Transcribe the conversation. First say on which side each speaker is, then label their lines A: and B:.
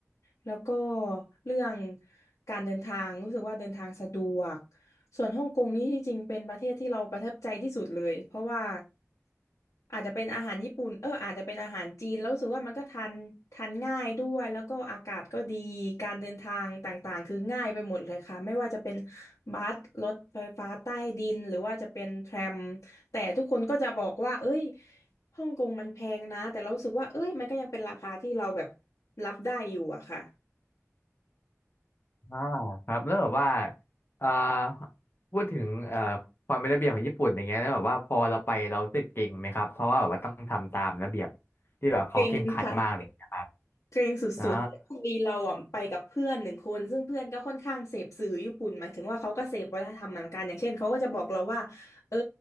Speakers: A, on the left; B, on the left.
A: แล้วก็เรื่องการเดินทางรู้สึกว่าเดินทางสะดวก ส่วนฮ่องกงนี่ที่จริงเป็นประเทศที่เราประทับใจที่สุดเลยเพราะว่าอาจจะเป็นอาหารญี่ปุ่นเอออาจจะเป็นอาหารจีนแล้วรู้สึกว่ามันก็ทานทานง่ายด้วยแล้วก็อากาศก็ดีการเดินทางต่างๆคือง่ายไปหมดเลยค่ะไม่ว่าจะเป็นบัสรถไฟฟ้าใต้ดินหรือว่าจะเป็นแทรมแต่ทุกคนก็จะบอกว่าเอ้ยฮ่องกงมันแพงนะแต่เรารู้สึกว่าเอ้ยมันก็ยังเป็นราคาที่เราแบบรับได้อยู่อะค่ะ
B: อ่าครับแล้วแบบว่าเอ่อพูดถึงเอ่อความเป็นระเบียบของญี่ปุ่นอย่างเงี้ยแล้วแบบว่าพอเราไปเรารู้สึกเก่งไหมครับเพราะว่าแบบว่าต้องทำตามระเบียบที่แบบเขาเคร่งครัดมากเลยนะครับ
A: เก่งค่ะ เกรงสุดๆแต่พอดีเราอ่ะไปกับเพื่อนหนึ่งคนซึ่งเพื่อนก็ค่อนข้างเสพสื่อญี่ปุ่นหมายถึงว่าเขาก็เสพวัฒนธรรมเหมือนกันอย่างเช่นเขาก็จะบอกเราว่าเออ
B: อ่า